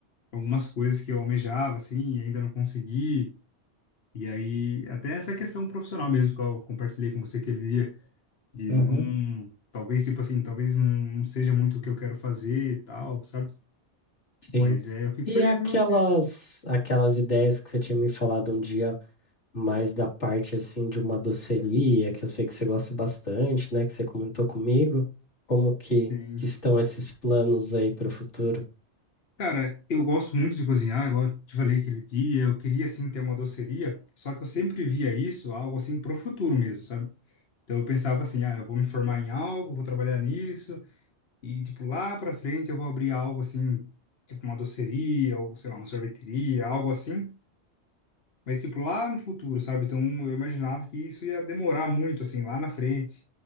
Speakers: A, on the left (about 60°); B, on the left (about 85°).
A: com algumas coisas que eu almejava, assim, e ainda não consegui. E aí, até essa questão profissional mesmo, que eu compartilhei com você aquele dia. E
B: Uhum.
A: não, talvez, tipo assim, talvez não, não seja muito o que eu quero fazer e tal, sabe? Mas
B: sim.
A: é, eu fico
B: E
A: feliz
B: aquelas
A: por você.
B: aquelas ideias que você tinha me falado um dia mais da parte assim de uma doceria, que eu sei que você gosta bastante, né? Que você comentou comigo. Como que,
A: Sim.
B: que estão esses planos aí para o futuro?
A: Cara, eu gosto muito de cozinhar, igual eu te falei aquele dia, eu queria assim ter uma doceria, só que eu sempre via isso algo assim pro futuro mesmo, sabe? Então eu pensava assim, ah, eu vou me formar em algo, vou trabalhar nisso e tipo lá pra frente eu vou abrir algo assim, tipo uma doceria ou sei lá, uma sorveteria, algo assim Mas, tipo, lá no futuro, sabe? Então, eu imaginava que isso ia demorar muito, assim, lá na frente.